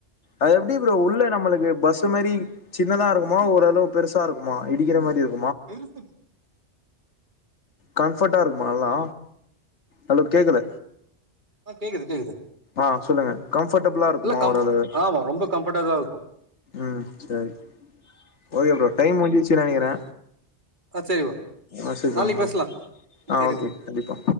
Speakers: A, on the left; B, on the right.
A: அது எப்டி ப்ரோ உள்ள நம்மளுக்கு பஸ் சின்னதா இருக்குமா ஓரளவு பெருசா இருக்குமா இடிகிற மாரி இருக்
B: ஆ
A: கம்ஃபர்ட்டா இருக்குமா நல்லா? ஹலோ கேக்கல.
B: கேகுது கேகுது
A: ஆ சொல்லுங்க கம்ஃபர்டபுள்ளா இருக்குமா
B: கம்
A: ஒரளவு
B: ஆமா ரொம்ப கம்ஃபர்டா தா இருக்கு
A: உம் சேரி ஓகே ப்ரோ டைம் முடுஞ்சுன்னு நெனக்றே
B: ஆ சரி ப்ரோ
A: ஆ செரிப்பங்க
B: நாளைக்கு பேசலா
A: ஆ
B: சரி
A: அ ஓகே
B: ப்ரோ
A: கண்டிப்பா